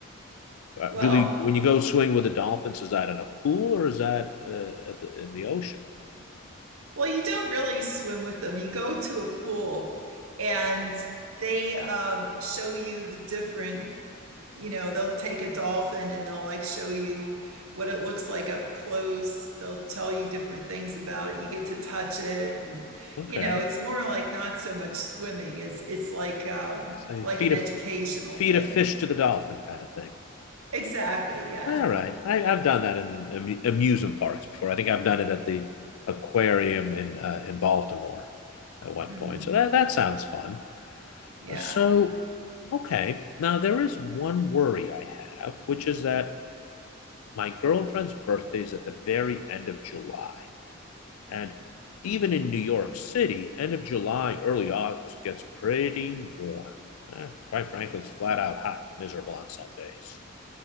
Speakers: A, on the right; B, on the left.
A: Well,
B: Do they, when you go swimming with the dolphins, is that in a pool or is that uh, at the, in the ocean?
A: well, you don't really swim with them. You go to a pool, and they um, show you the different you know they'll take a dolphin and they'll like show you what it looks like up close they'll tell you different things about it you get to touch it and,
B: Okay.
A: you know it's more like not so much swimming it's it's like um
B: So you
A: like
B: feed
A: an educational
B: a, feed
A: thing
B: a fish to the dolphin kind of thing.
A: exactly yeah
B: All right. I, I've done that in amu- amusement parks before. I think I've done it at the aquarium in uh, in Baltimore at one
A: hmm
B: point. So that that sounds fun.
A: yeah
B: Uh, So, okay. Now there is one worry I have, which is that my girlfriend's birthday is at the very end of July. And even in New York City, end of July, early August gets pretty warm. Eh, quite frankly, it's flat out hot, miserable on some days